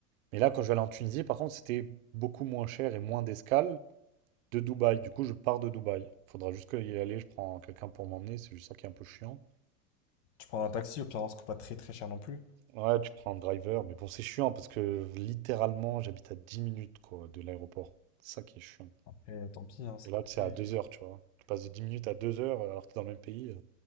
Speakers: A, on the right; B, on the left.
A: Mais là, quand je vais aller en Tunisie, par contre, c'était beaucoup moins cher et moins d'escale de Dubaï. Du coup, je pars de Dubaï. Faudra juste y aller, je prends quelqu'un pour m'emmener, c'est juste ça qui est un peu chiant.
B: Tu prends un taxi, au pire, on se coûte pas très très cher non plus.
A: Ouais, tu prends un driver, mais bon, c'est chiant parce que littéralement, j'habite à 10 minutes quoi, de l'aéroport. C'est ça qui est chiant.
B: Et tant pis, hein. c'est-
A: Et là, c'est à 2 heures, tu vois. Tu passes de 10 minutes à 2 heures alors que t'es dans le même pays. euh.